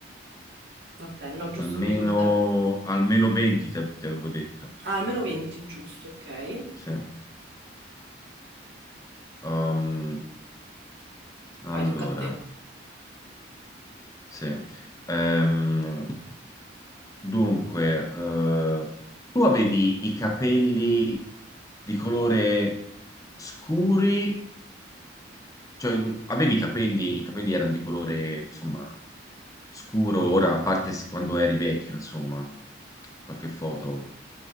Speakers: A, on the right; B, on the left.
A: va bene, no, giusto
B: almeno,
A: per ricordare.
B: almeno 20 ti ti avevo detto.
A: Ah, almeno 20, giusto, ok.
B: Sì. Ehm, allora,
A: Vai, tocca a te.
B: sì. Ehm, dunque, eh, tu avevi i capelli di colore scuri Cioè, avevi i capelli, i capelli erano di colore, insomma, scuro, ora, a parte se- quando eri vecchio, insomma, qualche foto.